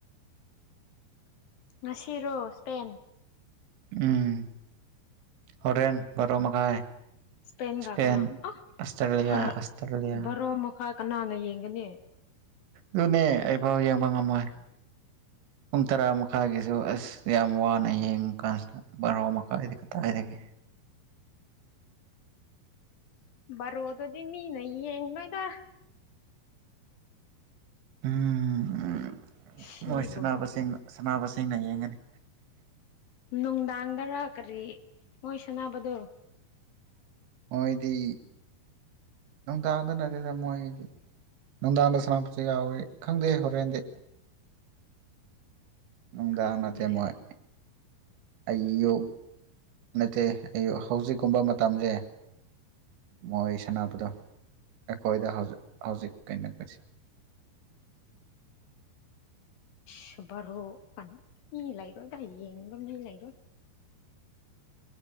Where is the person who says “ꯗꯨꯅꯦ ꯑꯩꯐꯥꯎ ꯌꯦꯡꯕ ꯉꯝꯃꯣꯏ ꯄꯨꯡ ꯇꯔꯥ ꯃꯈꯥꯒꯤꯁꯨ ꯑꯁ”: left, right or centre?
Right